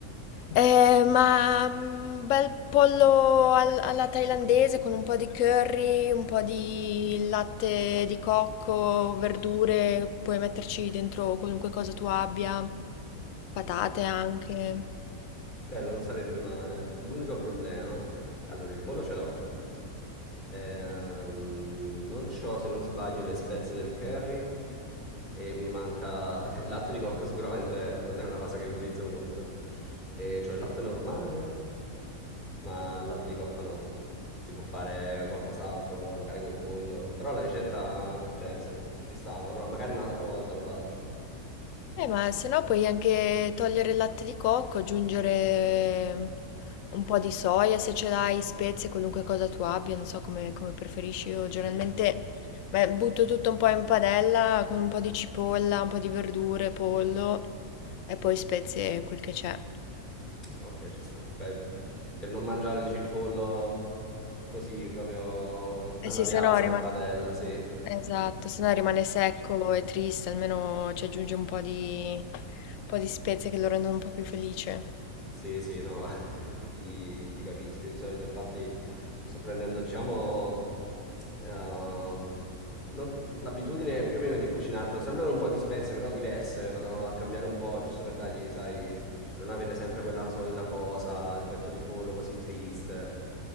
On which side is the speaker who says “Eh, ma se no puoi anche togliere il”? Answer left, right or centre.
Left